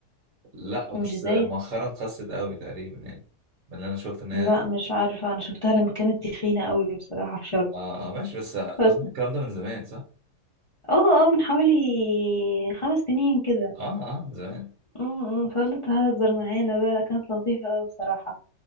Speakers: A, on the right; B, on the left.
A: لا بس
B: مش زي
A: مؤخرا خست قوي تقريبا يعني من اللي انا شفت ان هي
B: لا مش عارفة أنا شفتها لما كانت تخينة قوي بصراحة في شرم
A: اه, آه ماشي بس اظن
B: بس
A: الكلام ده من زمان صح؟
B: اه اه من حوالي خمس سنين كده
A: اه اه من زمان
B: امم فضلت تهزر معانا بقى لا كانت لطيفة قوي بصراحة